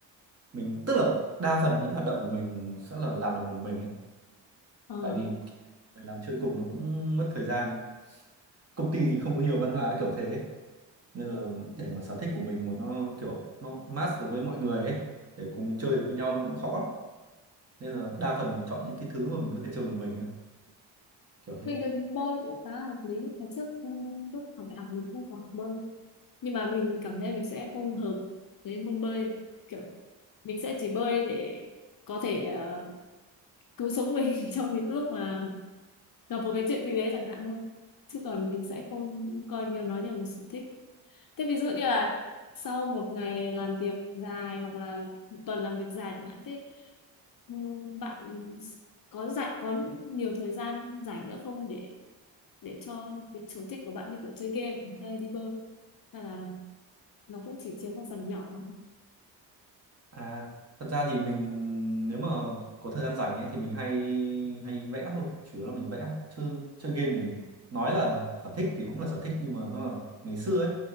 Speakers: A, on the right; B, on the left.
A: mình tức là đa phần những hoạt động của mình sẽ là làm được một mình ấy
B: Ờ.
A: tại vì phải làm chơi cùng nó cũng mất thời gian công ty thì không có nhiều văn hóa kiểu thế ấy. nên là để mà sở thích của mình mà nó kiểu nó match được với mọi người ấy để cùng chơi được với nhau nó cũng khó nên là đa phần mình chọn những cái thứ mà mình có thể chơi một mình ấy. kiểu thế
B: mình thấy bơi cũng khá là hợp lý Hồi trước ừ, lúc học đại học mình cũng có học bơi nhưng mà mình cảm thấy mình sẽ không hợp với môn bơi kiểu mình sẽ chỉ bơi để có thể ờ, cứu sống mình <laughs> trong những lúc mà gặp một cái chuyện gì đấy chẳng hạn thôi chứ còn mình sẽ không coi nhiều nó như là một sở thích thế ví dụ như là sau một ngày làm việc dài hoặc là một tuần làm việc dài chẳng hạn thế ừm, bạn có rảnh có nhiều thời gian rảnh nữa không để để cho việc sở thích của bạn như kiểu chơi game hay đi bơi hay là nó cũng chỉ chiếm một phần nhỏ thôi?
A: À, thật ra thì mình nếu mà có thời gian rảnh ấy thì mình hay hay vẽ thôi, chủ yếu là mình vẽ. Chứ chơi game thì nói là sở thích thì cũng là sở thích nhưng mà nó là ngày xưa ấy.